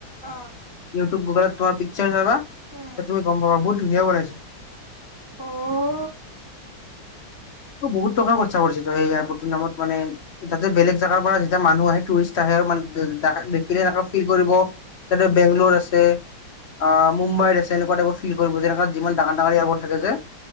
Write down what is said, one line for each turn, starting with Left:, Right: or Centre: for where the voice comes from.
Right: অ
Left: ইউটিউব গুগলত তোমাৰ পিকাৰ চাবা।
Right: উম
Left: তেতিয়া তুমি গম পাবা বহুত ধুনীয়া বনাইছা।
Right: অ'।
Left: অ' বহুত টকা খৰচা কৰিছেতো সেই এয়াৰপৰ্টটোৰ নামত, মানে যাতে বেলেগ জেগাৰ পৰা যেতিয়া মানুহ আহে, টুৰিষ্ট আহে, আৰু মানে <unintelligible> দেখা- দেখিলে এনেকা ফিল কৰিব তাতে বেংলোৰ আছে, অ'- মুম্বাইৰ আছে তেনেকুৱা টাইপৰ ফিল কৰিব, যেনেকা যিমান ডাঙৰ - ডাঙৰ এয়াৰপৰ্ট থাকে যে,